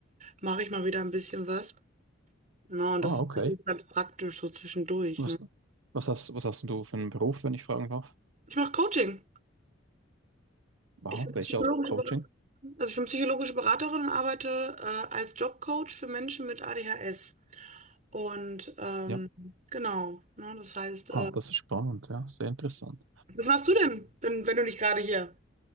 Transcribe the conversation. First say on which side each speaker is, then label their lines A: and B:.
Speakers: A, on the right; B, on the right.
A: mache ich mal wieder ein bisschen was. Na, und
B: Ah,
A: das ist
B: okay.
A: natürlich ganz praktisch so zwischendurch,
B: Was,
A: ne?
B: was hast, was hast du für einen Beruf, wenn ich fragen darf?
A: Ich mache Coaching.
B: Wow,
A: Ich bin
B: welche
A: psychologische
B: Art von Coaching?
A: Beraterin. Also ich bin psychologische Beraterin und arbeite äh, als Jobcoach für Menschen mit ADHS. Und ähm,
B: Ja,
A: genau, ne, das heißt,
B: ah,
A: äh,
B: das ist spannend, ja, sehr interessant.
A: was machst du denn, wenn, wenn du nicht gerade hier,